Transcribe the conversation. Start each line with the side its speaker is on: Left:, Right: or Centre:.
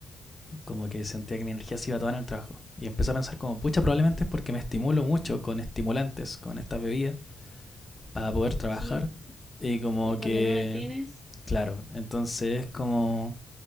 Left: como que sentía que mi energía se iba toda en el trabajo. Y empecé a pensar como, pucha, probablemente es porque me estimulo mucho con estimulantes, con estas bebidas, para poder trabajar.
Right: sí,
Left: Y como
Right: y cuando
Left: que,
Right: no las tienes,
Left: claro, entonces es como